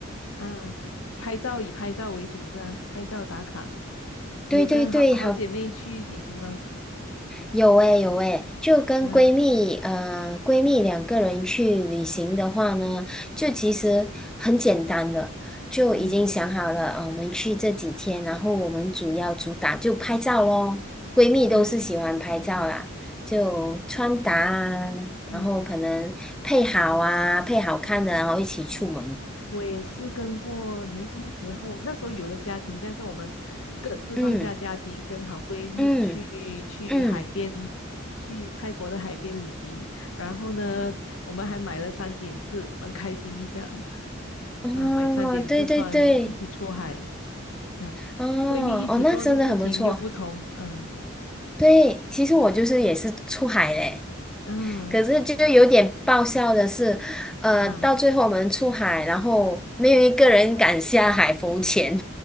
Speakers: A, on the left; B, in the centre.
A: 啊，拍照以拍照为主是啊，拍照打卡。你有跟好好姐妹去旅行吗？
B: 对对对，好有诶、有诶、就跟闺蜜，
A: 嗯、
B: 呃，闺蜜两个人去旅行的话呢，就其实很简单的，就已经想好了，
A: 嗯，
B: 啊、我们去这几天，然后我们主要主打就拍照咯。闺蜜都是喜欢拍照啦，
A: 嗯
B: 就穿搭啊，
A: 嗯
B: 然后可能配好啊，配好看的，然后一起出门。
A: 我也是跟过年轻时候，那时候有了家庭，但是我们各自放下家庭，
B: 嗯
A: 跟好闺蜜去去海边，
B: 嗯嗯，
A: 去泰国的海边旅行。然后呢，我们还买了三点式，蛮开心一下
B: 哦，
A: 啊，买三点式穿，
B: 对对对，
A: 一起出海啊，
B: 哦哦，
A: 闺蜜一起做的事情又不同，
B: 那真的很不错。
A: 嗯
B: 对，其实我就是也是出海嘞，
A: 嗯
B: 可是就有点爆笑的是，呃，
A: 啊
B: 到最后我们出海，然后没有一个人敢下海浮潜，